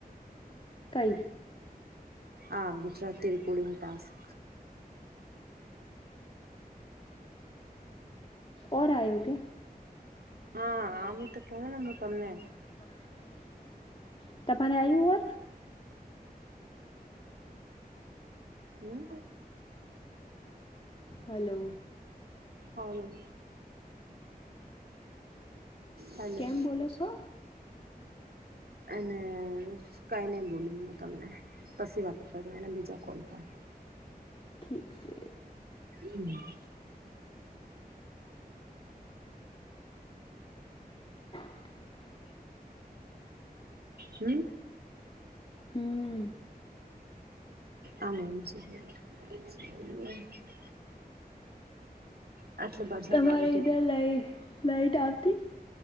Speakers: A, on the left; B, on the right.
A: કઈ?
B: આ ગુજરાતી રેકોર્ડીગ ટાસ્ક.
A: ઓર આયોકે?
B: હા આમ તો કેવું ને હું તમને
A: <unintelligible> તમારે આયુ હો?
B: હમ.
A: Hello
B: hello. હલો
A: કેમ બોલો છો?
B: અને કાંઈ નહીં બોલ્યું હું તમને પછી વાત કરું એના બીજા કોલ પર.
A: ઠીક છે.
B: હમ.
A: <inaudible>
B: હમ.
A: હમમ.
B: આમ એમ <unintelligible> આટલે વરસાદ
A: તમારે
B: આવે તો
A: ઇધર લાઈ લાઈટ આવતી?